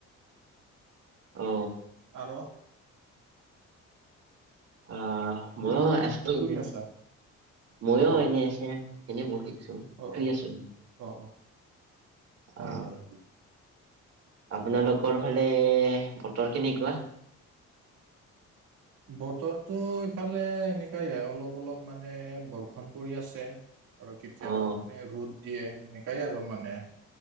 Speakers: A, on the right; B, on the right.
A: অ
B: আৰু
A: অ মই
B: তুমি
A: আছিলো।
B: কি কৰি আছা
A: মইয়ো
B: অ
A: এনে আছে এনে বহি আছো
B: অ অ
A: শুই আছো।
B: অ হয়
A: অ
B: হয়।
A: আপোনালোকৰ ফালে বতৰ কেনেকুৱা।
B: বতৰটো ইফালে এেনেকাইে অলপ অলপ মানে বৰ- বৰষুণ পৰি আছে আৰু কেতিয়াবা
A: অ
B: মানে দিয়ে সেনেকাই আৰু মানে